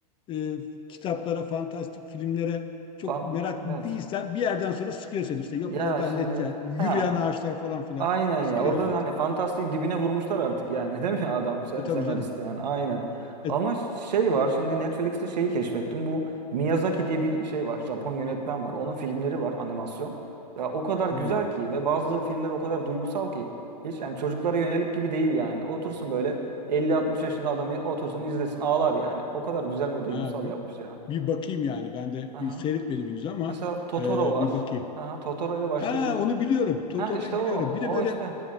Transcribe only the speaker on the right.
Pan
evet.
Ya
şimdi
ha
Aynen ya.
Orada
da hani fantastiğin dibine vurmuşlar artık yani <laughs> değil mi adam sen,
senarist
yani aynen.
Ama şey var şimdi Netflix'te şeyi keşfettim. Bu Miyazaki diye bir şey var. Japon yönetmen var. Onun filmleri var animasyon. Ya o kadar güzel
ki ve bazı filmler o kadar duygusal ki hiç yani çocuklara yönelik gibi değil yani. Otursun böyle elli 60 yaşında adam bir otursun izlesin ağlar yani. O kadar güzel ve duygusal
yapmış ya.
Aha.
Mesela Totoro
var.
Aha, Totoro ile başlayabilir.
Ha işte o.
O
işte.